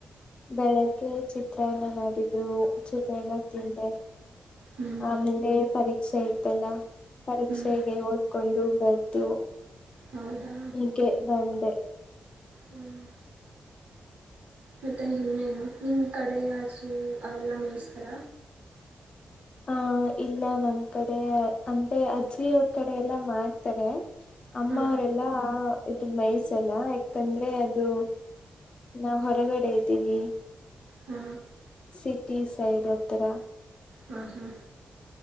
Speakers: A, on the left; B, on the right.
A: ಬೆಳಗ್ಗೆ ಚಿತ್ರನ್ನ ಮಾಡಿದ್ರು ಚಿತ್ರನಾ ತಿಂದೆ
B: ಹ್ಮ್
A: ಆಮೇಲೆ ಪರೀ ಸರಿತಲ್ಲ ಪರೀಕ್ಷೆಗೆ
B: ಹ್ಮ್
A: ಓದ್ಕೊಂಡು ಬರುದ್
B: ಹೌದಾ
A: ಹೀಗೆ ಬಂದೆ
B: ಹ್ಮ್ ಮತ್ತೆ ಇನ್ನೇನು ನಿಮ ಕಡೆ ಹಾಸು ಅವೆಲ್ಲ ಮೇಯಿಸ್ತರ
A: ಹ ಇಲ್ಲ ನಮ್ ಕಡೆ ಅಂದೆ ಅಜ್ಜಿ ಅವ್ರ ಕಡೆ ಎಲ್ಲಮ್ಮ ತರೆ. ಅಮ್ಮವರೆಲ್ಲಾ
B: ಹಾ
A: ಇದು ಮೇಯಿಸಲ್ಲ ಯಾಕಂದ್ರೆ ಅದು ನಾ, ಹೊರಗಡೆ ಇದ್ದೀವಿ.
B: ಹ್ಮ
A: ಸಿಟಿ ಸೈಡ್ ಹತ್ರ.
B: ಹ್ಮ ಹ್ಮ